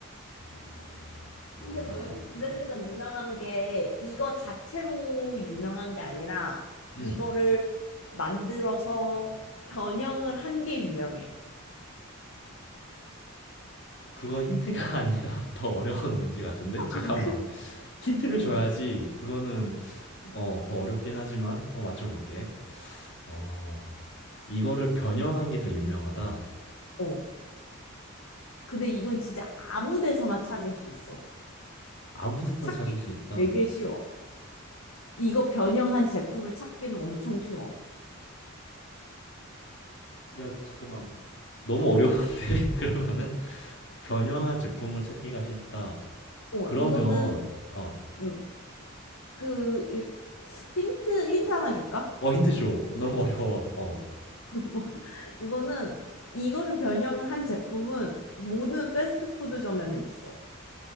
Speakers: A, on the left (about 55°); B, on the left (about 75°).
A: 어, 뭘까?
B: 근데 외국 브랜드가 유명한 게 이거 자체로 유명한 게 아니라
A: 음,
B: 이거를 만들어서 변형을 한 게 유명해.
A: 그건 힌트가 <laughs> 아니라 더 어려운 문제 같은데?
B: <laughs>
A: 잠깐만. 힌트를
B: 어.
A: 줘야지. 그거는 어, 더 어렵긴 하지만 한번 맞춰볼게. 어, 이거를 변형한 게 더 유명하다.
B: 어. 근데 이건 진짜 아무 데서나 찾을 수 있어.
A: 아무 데서나
B: 찾기
A: 찾을 수 있다.
B: 되게 쉬워. 이거 변형한 제품을 찾기는 엄청 쉬워.
A: 야, 잠깐만. 너무 어려운데? <laughs> 그러면은 변형한 제품을 찾기가 쉽다.
B: 어,
A: 그러면
B: 이거는
A: 어,
B: 음, 그 일- 힌트 힌트 하나 줄까?
A: 어 힌트쇼 너무 어려워 어
B: 너무 <laughs> 이거는 이거를 변형을 한 제품은 모든 패스트푸드점에는 있어.